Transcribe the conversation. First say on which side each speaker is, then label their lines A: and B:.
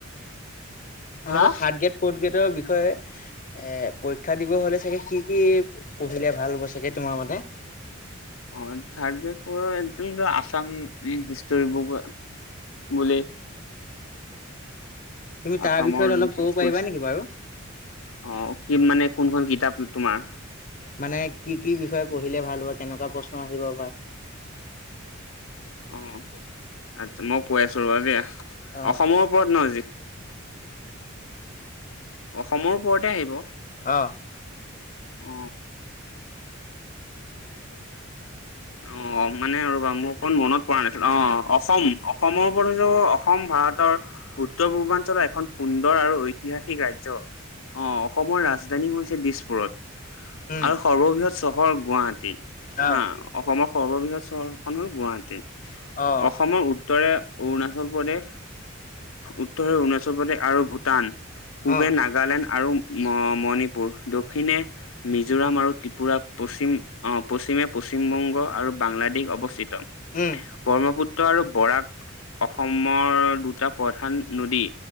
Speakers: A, on the left (about 40°); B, on the left (about 75°).
A: এনেকুৱা
B: হা?
A: থাৰ্ড গ্ৰেড ফৰ্থ গ্ৰেডৰ বিষয়ে এ শিক্ষা দিব হলে চাগে কি কি পঢ়িলে ভাল হ'ব চাগে তোমাৰ মতে
B: অ থাৰ্ড গ্ৰেড পদ আসাম হিষ্টৰি বুক বোলে
A: তুমি তাৰ
B: আছামৰ
A: বিষয়ত
B: যোন
A: অলপ ক'ব পাৰিবা
B: ক
A: নেকি বাৰু?
B: অ কি মানে কোনখনোন কিতাপ তোমাৰ
A: মানে কি কি বিষয়ে? পঢ়িলে ভাল হব কেনেকুৱা প্ৰশ্ন আহিব বা
B: অ আচ্ছা মই কৈ আছো ৰবা দিয়া
A: অ',
B: অসমৰ ওপৰত ন আজি অসমৰ ওপৰতে আহিব।
A: অ',
B: অ অ' মানে ৰবা মোৰ অকণ মনত পৰা নাছিলে অ' অসম। সমৰ উপযোগ অসম ভাৰতৰ উত্তৰ পূৰ্বাঞ্চলৰ এখন সুন্দৰ আৰু ঐতিহাসিক ৰাজ্য অ অসমৰ ৰাজধানী হৈছে দিছপুৰত
A: উম,
B: আৰু সৰ্ববৃহৎ চহৰ গুৱাহাটী হা
A: অ',
B: অসমৰ সৰ্ববৃহৎ চহৰখন হ'ল গুৱাহাটী
A: অ',
B: অসমৰ উত্তৰে অৰুণাচল প্ৰদেশ উত্তৰে অৰুণাচল প্ৰদেশ আৰু ভূটান পূবে
A: অ',
B: নাগালেণ্ড আৰু ম মণিপুৰ দক্ষিণে মিজোৰাম আৰু ত্ৰিপুৰা পশ্চিম অ' পশ্চিমে পশ্চিমবংগ আৰু বাংলাদেশ অৱস্থিত
A: উম,
B: ব্ৰহ্মপুত্ৰ। আৰু বৰাক অসমৰ দুটা প্ৰধান নদী